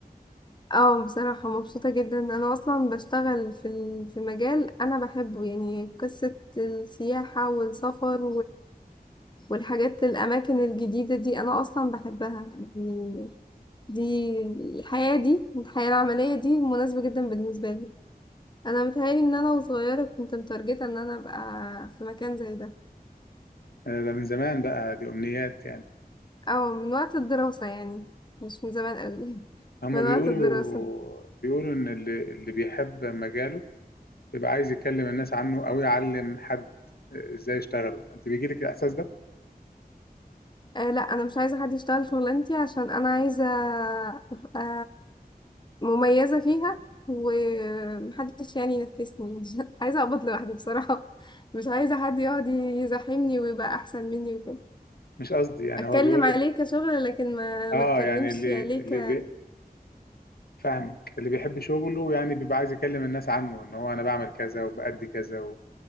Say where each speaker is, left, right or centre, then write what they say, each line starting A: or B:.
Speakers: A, on the left; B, on the left.
A: اه بصراحة مبسوطة جدا انا اصلا بشتغل في ال- في مجال انا بحبه يعني قصة السياحة والسفر والحاجات الأماكن الجديدة دي أنا أصلا بحبها يعني دي الحياة دي الحياة العملية دي مناسبة جدا بالنسبة لي أنا متهيألي إن أنا وصغيرة كنت متارجتة إن أنا أبقى في مكان زي ده
B: آه، ده من زمان بقى دي أمنيات يعني
A: أو من وقت الدراسة يعني مش من زمان قوي <laughs>
B: هما
A: من
B: بيقولوا
A: وقت الدراسة
B: بيقولوا إن اللي اللي بيحب مجاله بيبقى عايز يكلم الناس عنه أو يعلم حد آه، إزاي يشتغله أنت بيجيلك الإحساس ده
A: آه لا أنا مش عايزة حد يشتغل شغلانتي عشان أنا عايزة أبقى مميزة فيها ومحدش يعني ينافسني <laughs> عايزة أقبض لوحدي بصراحة مش عايزة حد يقعد يزاحمني ويبقى أحسن مني وكده
B: مش قصدي يعني
A: أتكلم
B: هو بيقول
A: عليه
B: لك
A: كشغل لكن ما
B: اه
A: ما أتكلمش
B: يعني اللي
A: عليه
B: اللي
A: ك
B: بي فاهمك اللي بيحب شغله يعني بيبقى عايز يكلم الناس عنه ان هو انا بعمل كذا وبأدي كذا و-